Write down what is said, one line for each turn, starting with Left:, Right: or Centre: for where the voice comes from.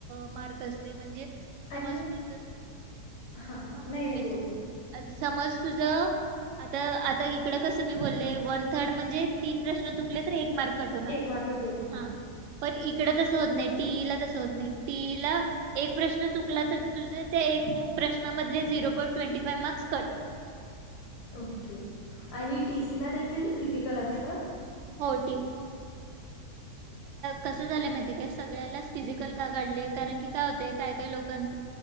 Right: मार्क असते म्हणजे समज
Left: आणि
Right: तुझच
Left: हां, हां.
Right: हा
Left: नाही, नाही.
Right: मी
Left: बोल,
Right: जर
Left: बोल.
Right: समज तुझ आता आ इकडं कसं मी बोलले वन थर्ड म्हणजे तीन प्रश्न चुकले तर एक मार्क कट होणार
Left: मार्क गेला. हां,
Right: हा पण इकडे तसं होत नाही. टीईला तस होत नाही. टीईला एक प्रश्न चुकला तर तुझे ते एक प्रश्ना मधले zero point twenty five marks cut.
Left: Okay आणि टीसी ला देखील फिजिकल असतं.
Right: हो कस झालय माहितीये काय सगळ्याच फिजिकल का काढले कारण की का होते काय काय लोकांच